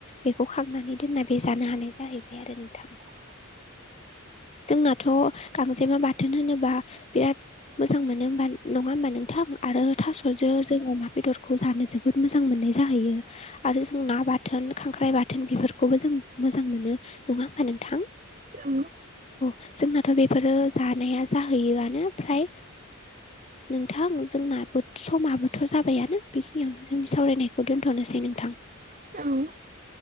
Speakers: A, on the left; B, on the right.
A: बेखौ खांनानै दोनना बे जानो हानाय जाहैबाय आरो नोंथां।
B: <inaudible>
A: जोंना थ' गांजेमा बाथोन होनोबा बिराद मोजां मोनो हबा नङा होमब नों थां आरो थास'जों जोङो अमा बेदरखौ जानो जोबोद मोजां मोननाय जाहैयो। आरो जों ना बाथोन खांख्राइ बाथोन बेफोरखौबो जों मोजां मोनो। नङा होमबा नोंथां?
B: औ
A: औ जोंनाथ' बेफोरो जानाया जाहैयोआनो फ्राय नोंथां जोंनाबो समाबोथ' जाबायानो। बेखिनियावनो जोंनि सावरायनायखौ दोन्थ'नोसै नोंथां।
B: औ